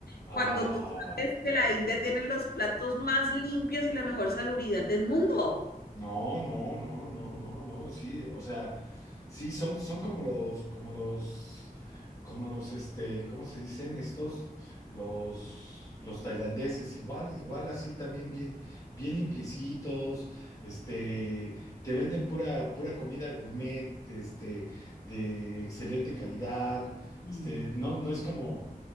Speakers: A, on the left; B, on the left.
A: Ah.
B: Cuando tú sabes que la India tiene los platos más limpios y la mejor salubridad del mundo.
A: No, no, no, no, no, no, sí, o sea, sí, son, son como los, como los, como los, este, ¿cómo se dicen estos? Los, los tailandeses, igual, igual así también bien, bien limpiecitos, este, te venden pura, pura comida gourmet, este, de excelente calidad, este,
B: Mm.
A: no, no es como,